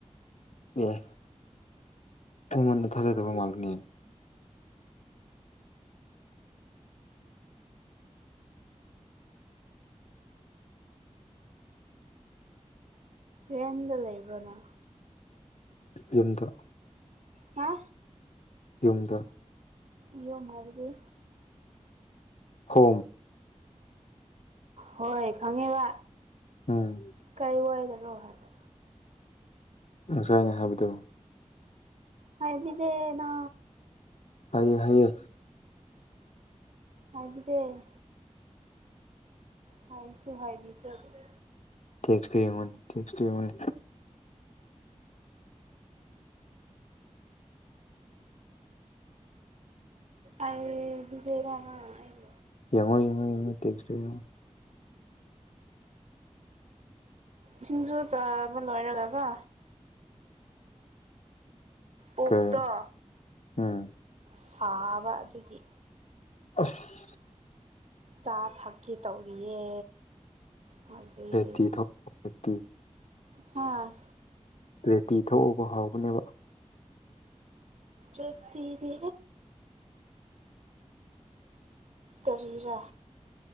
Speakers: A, on the left; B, on the right.
A: ꯑꯦ ꯑꯩꯃꯣꯟꯗ ꯊꯥꯖꯥꯏꯗꯕ ꯃꯥꯜꯅꯤ
B: ꯔ꯭ꯔꯦꯟꯗ ꯂꯩꯕꯅ
A: ꯌꯨꯝꯗ
B: ꯍꯥ
A: ꯌꯨꯝꯗ
B: ꯏꯣ ꯃꯥꯗꯤ
A: ꯍꯣ
B: ꯍꯣꯏ ꯈꯪꯉꯦꯕ
A: ꯎꯝ
B: ꯀꯥꯏ ꯋꯥꯏꯗꯅꯣ ꯍꯥꯏꯕ
A: ꯉꯁꯥꯏꯅ ꯍꯥꯏꯕꯗꯣ
B: ꯍꯥꯏꯕꯤꯗꯦꯅ
A: ꯍꯥꯏꯌꯦ ꯍꯥꯏꯌꯦ
B: ꯍꯥꯏꯕꯤꯗꯦ ꯍꯥꯏꯁꯨ ꯍꯥꯏꯕꯤꯗ꯭ꯔꯒꯦ <inaudible>
A: ꯊꯦꯛꯁꯇ ꯌꯦꯡꯉꯨꯅꯤ ꯊꯦꯛꯁꯨꯇ ꯌꯦꯡꯉꯨꯅꯤ
B: ꯑꯩꯕꯤꯗꯔꯃ ꯑꯩ <unintelligible>
A: ꯌꯦꯡꯉꯣ ꯌꯦꯡꯉꯣ ꯌꯦꯡꯉꯣ ꯇꯦꯛꯁꯣ ꯌꯦꯡꯉꯣ
B: ꯊꯤꯡꯁꯨꯣ ꯆꯕ ꯂꯣꯏꯔꯒꯒ ꯑꯣꯛꯇꯣ
A: ꯀꯩ ꯎꯝ
B: ꯁꯥꯕ ꯑꯗꯨꯒꯤ
A: ꯑꯁ
B: ꯆꯥ ꯊꯛꯀꯤ ꯇꯧꯔꯤꯌꯦ ꯍꯧꯖꯤꯛ
A: ꯔꯦꯇ ꯊꯦꯇ <inaudible> <unintelligible>
B: ꯍꯥꯥ
A: ꯔꯦꯇꯤ ꯊꯧꯕ ꯍꯥꯎꯕꯅꯦꯕ
B: ꯭ꯔꯁꯇꯤꯔꯤ ꯀꯔꯤꯔꯥ